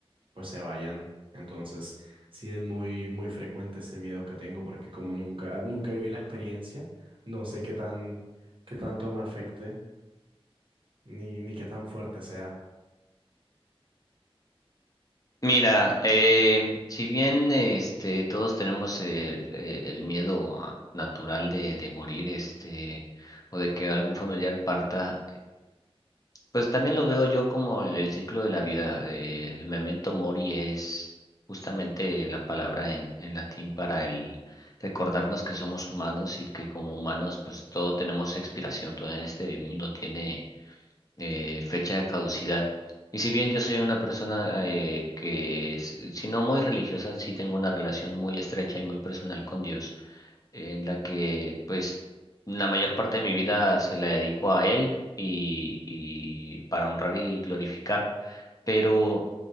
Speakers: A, on the right; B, on the left.
A: pues se vayan. Entonces sí es muy, muy frecuente ese miedo que tengo porque como nunca, nunca viví la experiencia, no sé qué tan, qué tanto me afecte. ni, ni qué tan fuerte sea.
B: Mira, eh, si bien este, todos tenemos el, eh, el miedo ah, natural de, de morir este, o de que algún familiar parta, Pues también lo veo yo como el, el ciclo de la vida. eh, el memento mori es justamente la palabra en, en latín para el recordarnos que somos humanos y que como humanos pues todo tenemos expiración, todo en este mundo tiene eh, fecha de caducidad. Y si bien yo soy una persona eh, que, es- si no muy religiosa, sí tengo una relación muy estrecha y muy personal con Dios en la que pues la mayor parte de mi vida se la dedico a él y, y para honrar y glorificar. Pero